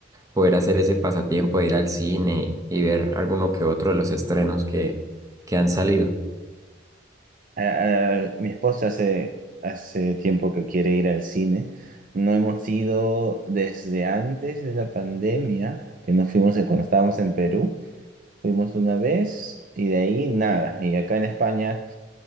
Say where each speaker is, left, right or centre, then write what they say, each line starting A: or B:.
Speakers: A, on the right; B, on the right.
A: poder hacer ese pasatiempo de ir al cine y, y ver alguno que otro de los estrenos que, que han salido.
B: a- a- mi esposa hace, hace tiempo que quiere ir al cine. No hemos ido desde antes de la pandemia, que nos fuimos en- cuando estábamos en Perú. Fuimos una vez y de ahí nada. Y acá en España,